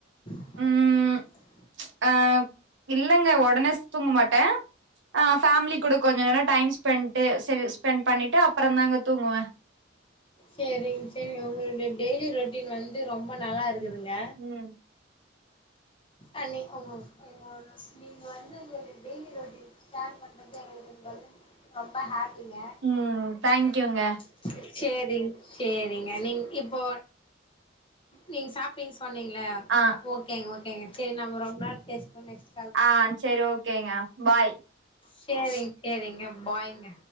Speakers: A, on the left (about 25°); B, on the right (about 65°).
A: <inaudible>
B: ம் ஆ இல்லங்க ஒடனே தூங்க மாட்டே ஆ ஃபேமலி கூட கொஞ்ச நேர டைம் ஸ்பெண்ட்டு சே ஸ்பெண்ட் பண்ணிட்டு அப்பறதாங்க தூங்குவே
A: சரிங்க சரி உங்களுடைய டெய்லி ரொட்டீன் வந்து ரொம்ப நல்லாருக் இருங்க
B: ம்
A: அண்ணி <unintelligible> ஆமா ன்ஸ் நீங்க வந்து டெய்லி ர ஷேர் பண்றது <unintelligible> ரொம்ப ஹாப்பிங்க
B: ம் தேங்க்யூங்க
A: தங் சேரிங் சேரிங்க நீ இப் போ நீங்க சாப்பிட்டீங்க சொன்னீங்கள
B: ஆ
A: ஓ ஓங்க கேங்க சரி நம் ரொம்ப நேம் பேசிட்டோ நெஸ்ட்
B: ஆ சரி ஓகேங்க பாய்
A: சேரிங்க சேரிங்க பாய்ங்க